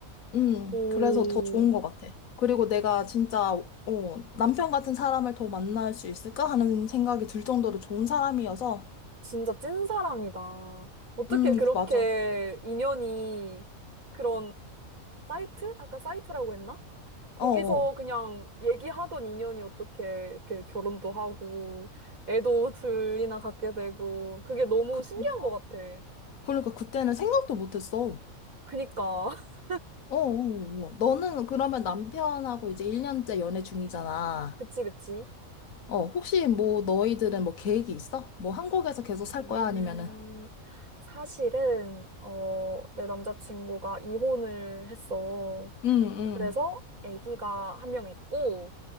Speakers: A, on the left (about 75°); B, on the right (about 80°).
A: 음,
B: 오,
A: 그래서 더 좋은 것 같아. 그리고 내가 진짜, 어, 남편 같은 사람을 더 만날 수 있을까 하는 생각이 들 정도로 좋은 사람이어서,
B: 진짜 찐사랑이다. 어떻게
A: 음,
B: 그렇게
A: 맞아.
B: 인연이 그런 사이트? 아까 사이트라고 했나? 거기서
A: 어어.
B: 그냥 얘기하던 인연이 어떻게 이렇게 결혼도 하고, 애도 둘이나 갖게 되고, 그게 너무
A: 그러니까.
B: 신기한 것 같아.
A: 그러니까 그때는 생각도 못했어.
B: 그니까. <laughs>
A: 어어. 너는 그러면 남편하고 이제 1년째 연애 중이잖아.
B: 그치, 그치.
A: 어, 혹시 뭐 너희들은 뭐 계획이 있어? 뭐 한국에서 계속 살
B: 우리는
A: 거야? 아니면은?
B: 사실은, 어, 내 남자친구가 이혼을 했어.
A: 응, 응,
B: 그래서 아기가 한 명 있고,